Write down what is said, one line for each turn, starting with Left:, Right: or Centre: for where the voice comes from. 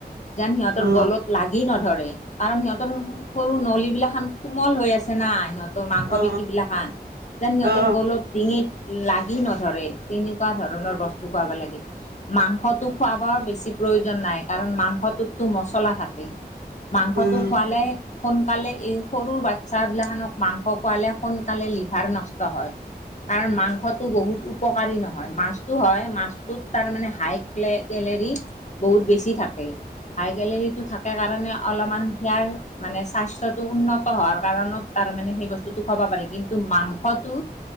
Left: যেন সিহঁতৰ
Right: অ
Left: গলত লাগি নধৰে। কাৰণ সিহঁতৰ সৰু নলী বিলাক খান কোমল হৈ আছে না, সিহঁতৰ মাংস
Right: অ
Left: পেশী বিলা খান। যেন সিহঁতৰ
Right: অ
Left: গলত ডিঙিত লাগি নধৰে, তেনেকুৱা ধৰণৰ
Right: অ
Left: বস্তু খোৱাব লাগে। মাংসটো খোৱাবৰ বেছি প্ৰয়োজন নাই কাৰণ, মাংসটোততো মছলা থাকে। মাংসটো
Right: অ
Left: খোৱালে সোনকালে এই সৰু বাচ্ছাবিলাখনক মাংস খোৱালে সোনকালে লিভাৰ নষ্ট হয়। তাৰ মাংসটো বহুত উপকাৰী নহয়, মাছতটো হয়, মাছটোত তাৰ মানে হাইট কেলেৰী বহুত বেছি থাকে হাই কেলেৰীটো থাকে কাৰণে অলপমান ইয়াৰ মানে স্বাস্থ্যটো উন্নত হোৱাৰ কাৰণত তাৰ মানে সেই বস্তুটো খাব পাৰি কিন্তু, মাংসটো